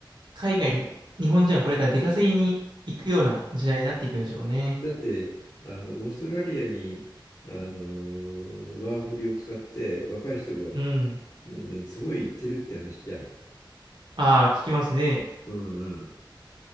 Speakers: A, on the right (about 60°); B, on the left (about 45°).
A: 海外に、日本人はこれから出稼ぎに行くような時代になっていくんでしょうね。
B: だって、あの、オーストラリアに、あの、ワーホリを使って若い人が、
A: うん。
B: うんすごい行ってるって話じゃん。
A: ああ、聞きますね。
B: うんうん